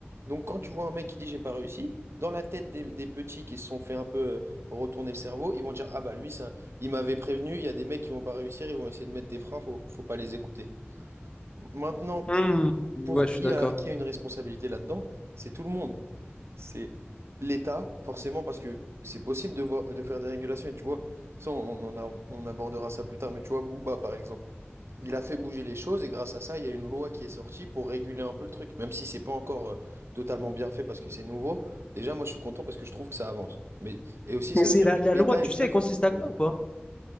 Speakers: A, on the right; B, on the left.
A: Donc quand tu vois un mec qui dit j'ai pas réussi, dans la tête des, des petits qui se sont fait un peu euh, retourner le cerveau, ils vont dire, ah bah lui, ça, il m'avait prévenu, il y a des mecs qui vont pas réussir, ils vont essayer de mettre des freins, faut, faut pas les écouter. Maintenant,
B: Hmm. Ouais,
A: pour
B: je
A: qui
B: suis d'accord.
A: a, qui a une responsabilité là-dedans, c'est tout le monde c'est l'État, forcément, parce que c'est possible de voir, de faire des régulations, et tu vois, ça, on en a- on abordera ça plus tard, mais tu vois, Booba, par exemple, il a fait bouger les choses, et grâce à ça, il y a une loi qui est sortie pour réguler un peu le truc, même si c'est pas encore euh, totalement bien fait parce que c'est nouveau. Déjà, moi, je suis content parce que je trouve que ça avance. Mais, et aussi,
B: Mais
A: ça
B: c'est
A: veut dire
B: la,
A: que
B: la
A: l'État,
B: loi, tu
A: il
B: sais,
A: peut
B: elle
A: faire
B: consiste
A: quelque
B: à
A: chose.
B: quoi ou pas?